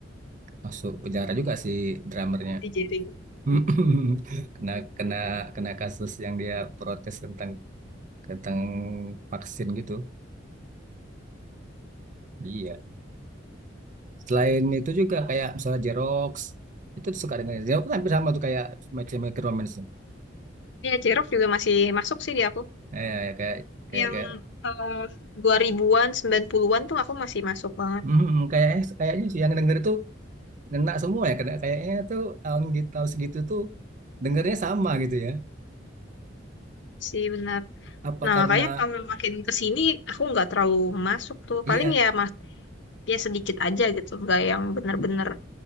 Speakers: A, on the right (about 40°); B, on the left (about 65°).
A: masuk penjara juga si drummernya.
B: Di jaring.
A: <laughs>
B: Hmm.
A: kena kena kena kasus yang dia protes tentang tentang vaksin gitu. Iya. Selain itu juga kayak misalnya Jerox, itu suka dengan Jerox kan hampir sama tuh kayak macam Necromance tuh.
B: Ya, J-Rock juga masih masuk sih di aku.
A: Eh, ya, ya, kayak kayak
B: yang
A: kayak
B: eh, dua ribuan sembilan puluhan an tuh aku masih masuk banget
A: hmm, kayaknya kayaknya sih yang denger itu ngena semua ya kena kayaknya tuh tahun gitu tahun segitu tuh dengernya sama gitu ya.
B: sih benar.
A: Apa
B: Nah,
A: karena
B: makanya kalau makin ke sini aku nggak terlalu masuk tuh.
A: iya
B: Paling ya masuk ya sedikit aja gitu, nggak yang bener-bener